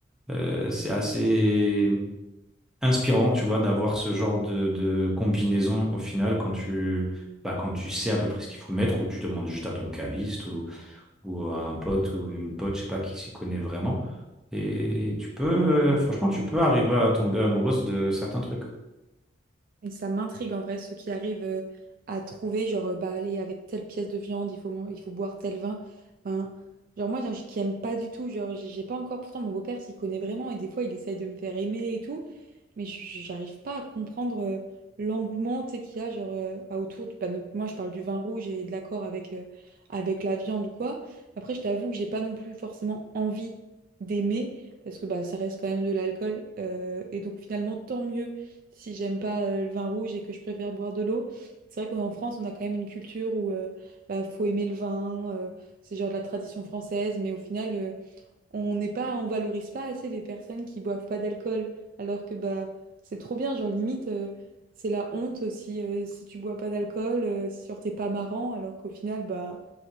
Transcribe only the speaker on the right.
Et ça m'intrigue en vrai, ceux qui arrivent euh, à trouver, genre, euh, bah, allez, avec telle pièce de viande, il faut, man- il faut boire tel vin. Enfin, Genre moi, j'ai- qui aime pas du tout, genre j'ai j'ai pas encore, pourtant mon beau-père s'y connaît vraiment et des fois il essaye de me faire aimer et tout, mais je- j'arrive pas à comprendre euh, l'engouement tu sais, qu'il y a genre, euh, bah, autour du... bah, donc, moi, je parle du vin rouge et de l'accord avec, euh, avec la viande ou quoi. Après, je t'avoue que j'ai pas non plus forcément envie d'aimer, parce que bah, ça reste quand même de l'alcool. euh, et donc, finalement, tant mieux si j'aime pas euh, le vin rouge et que je préfère boire de l'eau. C'est vrai qu'en France, on a quand même une culture où euh, bah, faut aimer le vin, euh, c'est genre de la tradition française, mais au final... euh, on n'est pas, on valorise pas assez les personnes qui boivent pas d'alcool, alors que bah c'est trop bien, genre limite euh, c'est la honte si euh, si tu bois pas d'alcool, euh, si genre t'es pas marrant, alors qu'au final bah